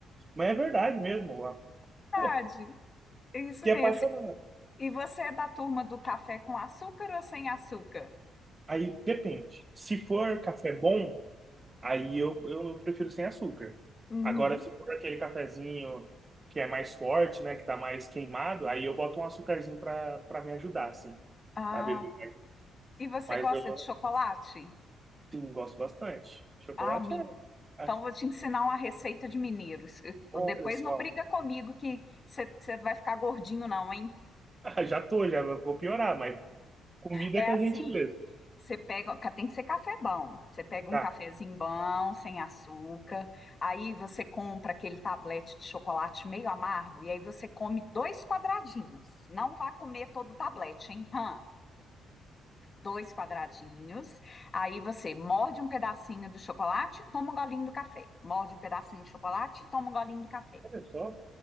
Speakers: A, on the right; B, on the left.
A: Mas é verdade mesmo. ó.
B: Verdade.
A: Pô,
B: É isso
A: fiquei
B: mesmo.
A: apaixonado.
B: E você é da turma do café com açúcar ou sem açúcar?
A: Aí depende. Se for café bom, aí eu, eu prefiro sem açúcar.
B: Uhum.
A: Agora, se for aquele cafezinho que é mais forte, né? Que tá mais queimado, aí eu boto um açucarzinho pra, pra me ajudar, assim,
B: Ah,
A: a beber.
B: E você
A: Mas
B: gosta
A: eu,
B: de chocolate?
A: sim, gosto bastante. Chocolate
B: Ah, minha.
A: é.
B: Então
A: é-
B: vou te ensinar uma receita de mineiros. <laughs>
A: Olha
B: Depois
A: só.
B: não briga comigo que você vai ficar gordinho não, hein?
A: <laughs> Já tô, já vou piorar, mas comida
B: É
A: é com
B: assim,
A: a gente mesmo.
B: você pega, ca- tem que ser café bom. Você pega
A: Tá.
B: um cafezinho bom, sem açúcar. Aí você compra aquele tablete de chocolate meio amargo e aí você come dois quadradinhos. Não vá comer todo o tablete, hein? Hã? dois quadradinhos. Aí você morde um pedacinho do chocolate, toma um golinho do café. Morde um pedacinho de chocolate, toma um golinho do café.
A: Olha só.